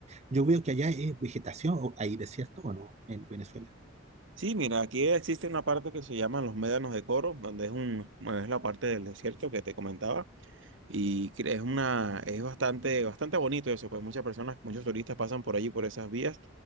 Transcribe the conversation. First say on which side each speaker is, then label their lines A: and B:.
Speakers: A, on the right; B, on the right.
A: yo veo que allá es vegetación, o hay desierto o no, en Venezuela.
B: Sí, mira, aquí existe una parte que se llama los médanos de Coro, donde es un, es la parte del desierto que te comentaba. Y cre- es una, es bastante, bastante bonito eso, pues muchas personas, muchos turistas pasan por allí, por esas vías,